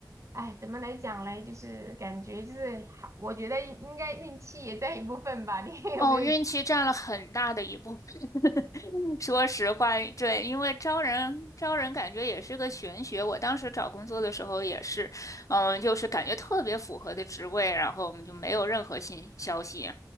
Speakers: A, on the right; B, on the left.
A: 哎，怎么来讲嘞？就是感觉就是，还我觉得应该运气也在一部分吧。你 <laughs>
B: 哦，
A: 有没有？
B: 运气占了很大的一部分。说实话，对，因为招人招人感觉也是个玄学。我当时找工作的时候也是，嗯，就是感觉特别符合的职位，然后我们就没有任何新消息，